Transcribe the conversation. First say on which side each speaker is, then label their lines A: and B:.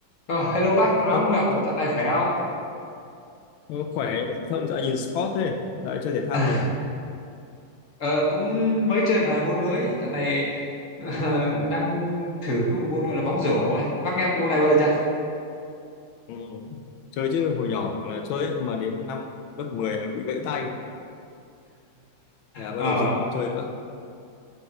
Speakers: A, on the left; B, on the left.
A: Ờ, hello bác, lâu lắm
B: Ô,
A: không gặp,
B: dạ,
A: dạo này khỏe không?
B: ô, khỏe không dạo nhìn sport thế dạo chơi thể thao
A: <laughs>
B: gì à
A: Ờ, cũng mới chơi vài môn mới, dạo này ờ, đang thử cái bộ môn gọi là bóng rổ ấy. Bác nghe bộ môn này bao giờ chưa?
B: ừ. chơi chứ hồi nhỏ gọi là chơi ấy, nhưng mà đến năm lớp 10 là bị gãy tay Thế là
A: Ờ,
B: bắt đầu dừng không chơi nữa